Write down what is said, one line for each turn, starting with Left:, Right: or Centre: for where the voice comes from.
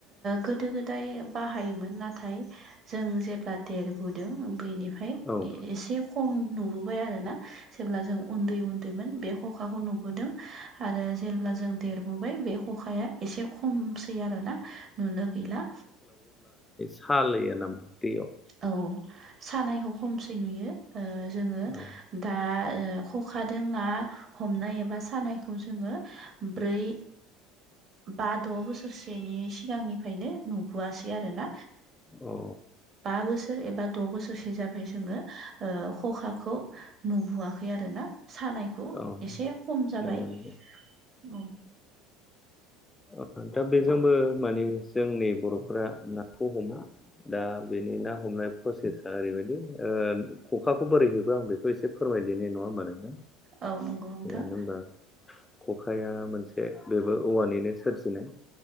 Right: गोदो गोदाय बाहायोमोन नाथाय जों जेब्ला देरबोदों बेनिफ्राय ओमफ्राय
Left: औ
Right: एसे खम नुबोबाय आरो ना जेब्ला जों उन्दै उन्दैमोन बे खखाखौ नुबोदों आरो जेब्ला जों देर नुबोबाय बे खखाया एसे खमसै आरोना नुनो गैला
Left: सायो नामा दैयाव
Right: औ सानायखौ खमसै नुयो जोङो।
Left: औ
Right: दा खखाजों ना हमनाय एबा सानायखौ जोङो। ब्रै बा द बोसोरसेनि सिगांनिफ्रायनो नुबोआसै आरो ना
Left: औ
Right: बा बोसोर एबा द' बोसोरसो जाबाय जोङो। खखाखौ नुबोआखै आरोना सानाय बेखौ
Left: औ
Right: एसे खम जाबाय
Left: नंगौ नंगौ
Right: औ।
Left: दा बेजोंबो माने जोंनि बर'फोरा नाखौ हमो। दा बेनि ना हमनाय प्रसेसा ओरैबायदि खखाखौ बोरै हबो आं बेखौ एसे फोरमायदिनाय नङा होनबा नोंनो
Right: ओ औ नंगौ नोंथां
Left: जानो हबा खखाया मोनसे बेबो औवानिनो सोरजिनाय